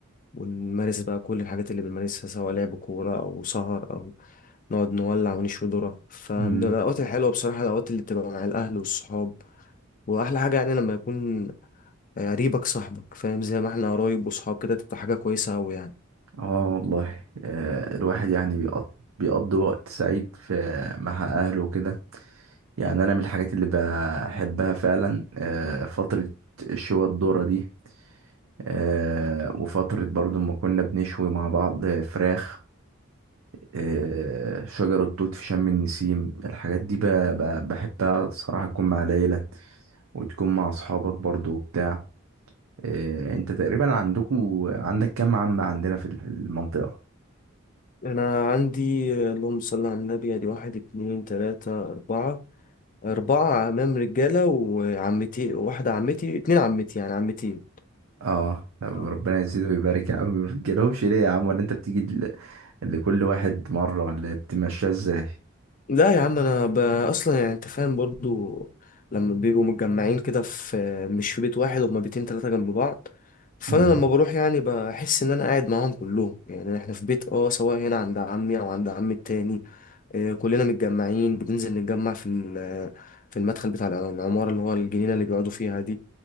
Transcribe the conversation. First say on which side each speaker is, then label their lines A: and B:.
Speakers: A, on the left; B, on the right.
A: ونمارس بقى كل الحاجات اللي بنمارسها سواء لعب كورة او سهر او نقعد نولع ونشوي ذرة فمن
B: امم
A: الاوقات الحلوة بصراحة الاوقات اللي بتبقى مع الاهل والصحاب واحلى حاجة يعني لما يكون قريبك صاحبك فاهم زي ما احنا قرايب وصحاب كده تبقى حاجة كويسة أوي يعني
B: اه والله آه الواحد يعني بيقض بيقضي وقت سعيد في مع أهله وكده يعني أنا من الحاجات اللي بحبها فعلا آه فترة الشوى الدورة دي آه وفترة برضو ما كنا بنشوي مع بعض فراخ آه شجر التوت في شم النسيم الحاجات دي ب- ب- بحبها صراحة تكون مع العيلة وتكون مع أصحابك برضو وبتاع إيه، انت تقريبا عندكم عندك كام عم عندنا في في المنطقة
A: أنا عندي اللهم صل على النبي أدي واحد اتنين تلاتة أربعة أربعة عمام رجالة وعمتي واحدة عمتي اتنين عمتي يعني عمتين
B: اه طب
A: اه
B: ربنا يزيد ويبارك يا عم <laughs> ما بتجيلهمش ليه يا عم ولا انت بتيجي ل- لكل واحد مرة ولا بتمشيها ازاي
A: لا يا عم أنا ب... أصلا يعني أنت فاهم برضو لما بيبقوا متجمعين كده في مش في بيت واحد هما بيتين تلاتة جنب بعض فأنا
B: امم
A: لما بروح يعني بحس إن أنا قاعد معاهم كلهم يعني إحنا في بيت أه سواء هنا عند عمي أو عند عمي التاني آه، كلنا متجمعين بننزل نتجمع في ال- في المدخل بتاع العمارة اللي هو الجنينة اللي بيقعدوا فيها دي